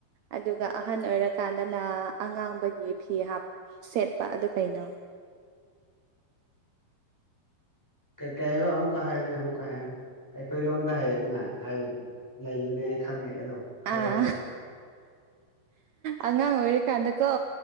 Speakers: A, on the right; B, in the centre.
A: ꯑꯗꯨꯒ ꯑꯍꯟ ꯑꯣꯏꯔꯀꯥꯟꯗꯅ ꯑꯉꯥꯡꯕꯒꯤ ꯐꯤ ꯍꯥꯞ ꯁꯦꯠꯄ ꯑꯗꯣ ꯀꯩꯅꯣ
B: ꯀ ꯀꯩ ꯍꯥꯏꯣ ꯑꯃꯨꯛꯀ ꯍꯥꯏꯌꯨꯅꯦ ꯑꯃꯨꯛꯀ ꯍꯥꯏꯌꯨꯅꯦ ꯑꯩꯈꯣꯏ ꯂꯣꯟꯗ ꯍꯥꯏ ꯍꯥꯏ ꯂꯩꯕꯅꯦ ꯑꯩ ꯈꯪꯉꯦ ꯑꯗꯣ ꯍꯥꯏꯌꯣ
A: ꯑꯥ
B: ꯍꯥꯏꯌꯣ
A: ꯑꯉꯥꯡ ꯑꯣꯏꯔꯤꯀꯥꯟꯗꯀꯣ